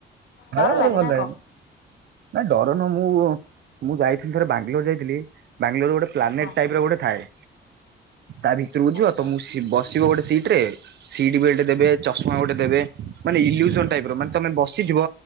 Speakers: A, on the right (about 60°); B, on the left (about 70°).
A: ମତେ-ମତେ
B: ଡର ଲାଗେ
A: ଭଲ୍
B: ନା
A: ଲାଗେନି।
B: କଣ
A: ନାଇଁ ଡର ନୁହଁ ମୁଁ-ମୁଁ ଯାଇଥିଲି ଥରେ ବାଙ୍ଗାଲୋର ଯାଇଥିଲି, ବାଙ୍ଗାଲୋରରେ ଗୋଟେ ପ୍ଲାନେଟ୍
B: ହଁ
A: ଟାଇପ୍ ର ଗୋଟେ ଥାଏ, ତା ଭିତୁରକୁ ଯିବ
B: ଆଚ୍ଛା
A: ତମୁକୁ ବସିବ ଗୋଟେ ସିଟ୍ ରେ। ସିଟ୍ ବେଲ୍ଟ ଦେବେ, ଚଶମା ଗୋଟେ ଦେବେ, ମାନେ ଇଲ୍ୟୁଜନ୍ ଟାଇପ୍ ର ମାନେ ତମେ ବସିଥିବ